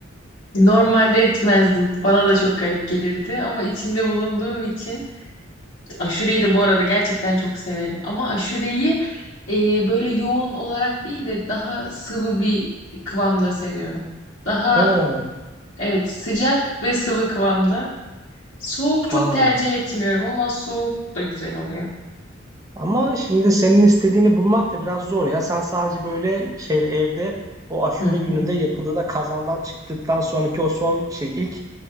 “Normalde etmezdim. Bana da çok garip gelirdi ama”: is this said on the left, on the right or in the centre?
Left